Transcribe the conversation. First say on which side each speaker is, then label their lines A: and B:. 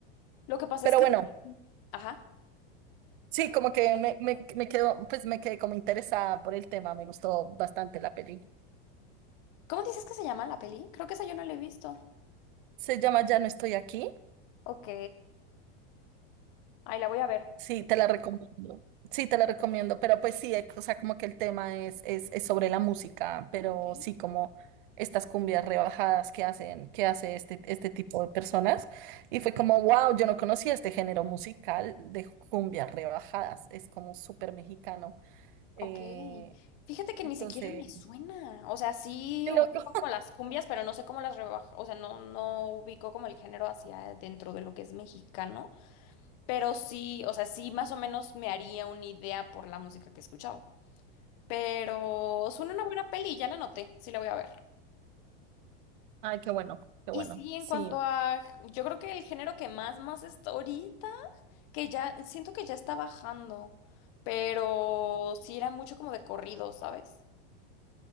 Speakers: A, on the left; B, on the right.
A: lo que pasa
B: pero
A: es que...
B: bueno,
A: Ajá.
B: sí,
A: no,
B: como que
A: dime.
B: me, me, me quedo, pues me quedé como interesada por el tema, me gustó bastante la peli.
A: ¿Cómo dices que se llama la peli? Creo que esa yo no la he visto.
B: Se llama Ya no estoy aquí
A: Ok. Ahí la voy a ver.
B: Sí, te la recomiendo. Sí, te la recomiendo, pero pues sí, eh, o sea, como que el tema es, es, es sobre la música, pero
A: Ok.
B: sí, como estas cumbias rebajadas que hacen, que hace este, este tipo de personas. Y fue como, wow, yo no conocía este género musical de cumbias rebajadas, es como súper mexicano. Eh,
A: Ok, fíjate que
B: entonces,
A: ni siquiera me suena, o sea, sí
B: qué
A: ubico
B: loco.
A: como las cumbias, pero no sé cómo las rebaja, o sea, no, no ubico como el género hacia dentro de lo que es mexicano, pero sí, o sea, sí más o menos me haría una idea por la música que he escuchado, pero suena una buena peli, ya la noté, sí la voy a ver.
B: Ay, qué bueno, qué
A: Y
B: bueno,
A: sí, en
B: sí.
A: cuanto a, yo creo que el género que más, más está ahorita, que ya, siento que ya está bajando, pero sí era mucho como de corrido, ¿sabes?